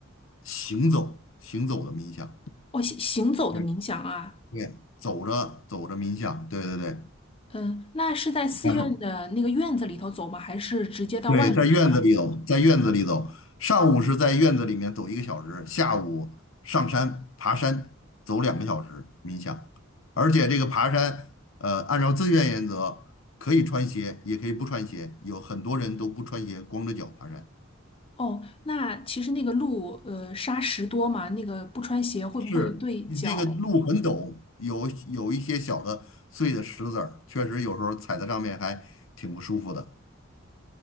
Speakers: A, on the left; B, on the left.
A: 行走行走的冥想，
B: 哦，行行走的冥想啊，
A: 对，对，走着走着冥想，对对对，
B: 嗯，那是在寺院的那个院子里头走吗？
A: 然后
B: 还是直接到外面去了？
A: 对，在院子里走，在院子里走，上午是在院子里面走一个小时，下午上山爬山走两个小时冥想，而且这个爬山，呃，按照自愿原则，可以穿鞋，也可以不穿鞋，有很多人都不穿鞋，光着脚爬山。
B: 哦，那其实那个路，呃，沙石多嘛，那个不穿鞋会不会对脚？
A: 是，你那个路很陡，有有一些小的碎的石子儿，确实有时候踩在上面还挺不舒服的。